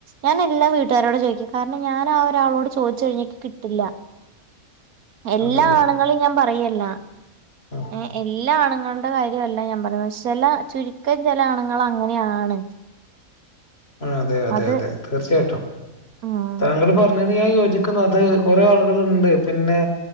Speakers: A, on the right; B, on the left.
A: ഞാൻ എല്ലാം വീട്ടുകാരോട് ചോയ്ക്കും കാര്ണം ഞാന ആ ഒരാളോട് ചോയ് പോച്ചഴിഞ്ഞിക്ക് കിട്ട്ല്ല എല്ലാ
B: അതല്ലേ
A: ആണുങ്ങളും ഞാൻ പറയല്ല
B: ആ
A: ഏ എല്ലാ ആണുങ്ങൾ ടെ കാര്യമല്ല ഞാൻ പറഞ്ഞ ചെല ചുരുക്കം ചെല അണുങ്ങള് അങ്ങനെയാണ്
B: അതെ അതെ
A: അത്
B: അതെ തീർച്ചയായ്ട്ടും
A: ഉം
B: താങ്കൾ പറഞ്ഞത് ഞാൻ യോജിക്കുന്നു അത് കുറേ ആൾ ള്ണ്ട് പിന്നെ